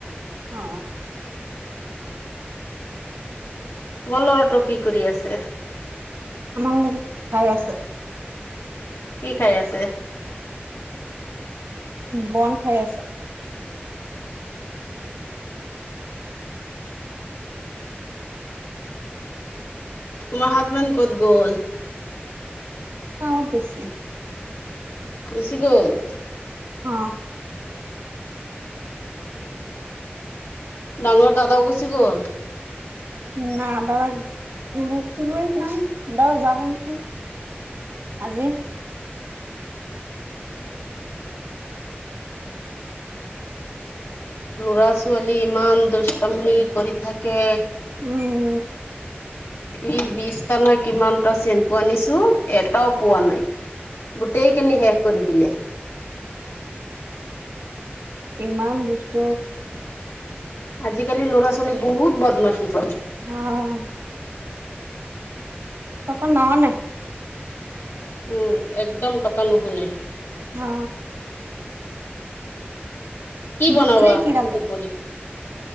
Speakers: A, on the right (about 70°); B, on the left (about 85°).
A: অ।
B: তোমাৰ ল'ৰাটো কি কৰি আছে?
A: আমাৰ খাই আছে।
B: কি খাই আছে?
A: বন খাই আছে।
B: তোমাৰ হাজবেণ্ড ক'ত গ'ল?
A: টাউনত গৈছে।
B: ৰুচি গ'ল?
A: অ।
B: ডাঙৰ দাদাও গুচি গ'ল?
A: <unintelligible> যাব নেকি। আজি
B: ল'ৰা ছোৱালী ইমান দুষ্টামনি কৰি থাকে।
A: উম।
B: ই বিশটা না কিমানটা চেম্পু আনিছো এটাও পোৱা নাই গোটেই কেনি শেষ কৰি দিলে।
A: ইমান দুষ্ট
B: আজিকালি ল'ৰা ছোৱালী বহুত বদমাছি কৰে।
A: আহ কথা না শুনে।
B: উম একদম কথা নুশুনে।
A: অ।
B: কি
A: দুপৰীয়া
B: বনাবা
A: কি ৰান্ধে
B: এই দুপৰি?